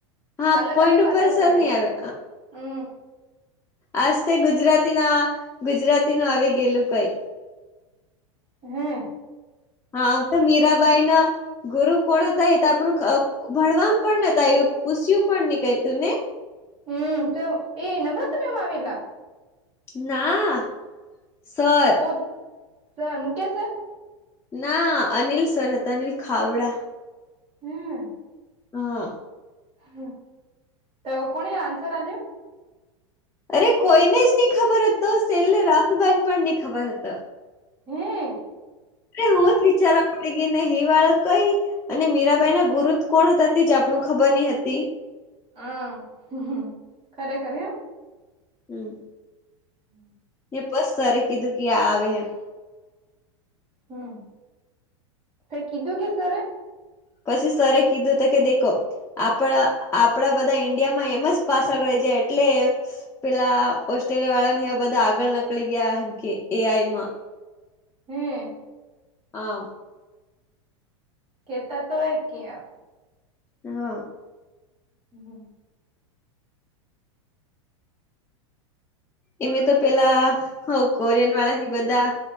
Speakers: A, on the left; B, on the right.
A: હા
B: અલગ-અલગ
A: પોઈન્ટ ઉપર
B: વાતો
A: સર
B: કરે.
A: નહી આવે
B: હમ
A: આજતે ગુજરાતી ના ગુજરાતી નું આવી ગયેલું કઈ.
B: હમ્મ
A: હામ તો મીરાબાઈ ના ગુરુ કોણ હતા? એ તો આપણું અ ભણવામ પણ નત આવ્યું, પૂસ્યું પણ નહી કંઇ તને
B: હમ્મ, તો એ નમ્રતા મેમ આવેલા?
A: ના સર.
B: ઓ, સર મુકેસ સર?
A: ના, અનિલ સર હતા, અનિલ ખાવડા.
B: હમ્મ
A: હા.
B: હમ્મ, તો કોણે આન્સર આલ્યો.
A: અરે કોઈને જ નહી ખબર હતો, શેલે રાહુલબાઈ ને પણ નહી ખબર હતો.
B: હમ્મ
A: અરે રોજ વિચારા પડી ગી ને હિ વાળ કઈ? અને મીરાબાઈ ના ગુરુત કોણ હતા? તે જ આપણું ખબર નહ હતી.
B: હા, હમ્મ હમ્મ, ખરેખર હે.
A: હમ્મ
B: <inaudible>
A: બસ સરે કીધું કે એ આવહે.
B: હમ્મ, કાઈ કીધું કે સરે?
A: પછી સરે કીધું તો કે દેખો. આપડા, આપડા બધા ઈન્ડિયામાં એમસ પાછળ રહી જાય એટલે પેલા ઓસ્ટ્રેલિયા વાળા ને એવા બધા આગળ નકળી ગયા, એમકે એ આઈ માં.
B: હમ્મ.
A: આ.
B: કેતા તો હોય ક્યાં
A: હા.
B: હમ્મ હમ્મ
A: એમે તો પેલા, હો હકોરિયન વાળા હિ બધા,